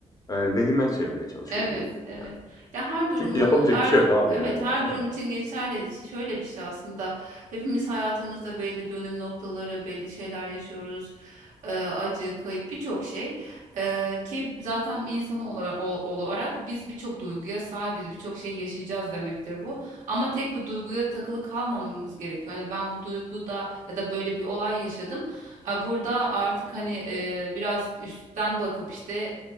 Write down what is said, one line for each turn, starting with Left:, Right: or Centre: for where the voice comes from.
Left: Eee, lehime çevirmeye çalışıyorum
Right: Evet,
Left: diyebilirim
Right: evet.
Left: yani.
Right: Ya her durumu,
Left: Çünkü yapabilecek
Right: o- her,
Left: bir şey
Right: du-
Left: yok abi
Right: evet
Left: yani.
Right: her
Left: Aynen.
Right: durum için geçerli. Ş- Şöyle bir şey aslında. Hepimiz hayatımızda belli dönüm noktaları, belli şeyler yaşıyoruz. Ee, acı, kayıp birçok şey. Ee, ki zaten insan olarak, olarak biz birçok duyguya sahibiz, birçok şey yaşayacağız demektir bu. Ama tek bir duyguya takılı kalmamamız gerekiyor. Hani ben bu duyguda ya da böyle bir olay yaşadım. Ha, Burada artık hani e, biraz üstten bakıp işte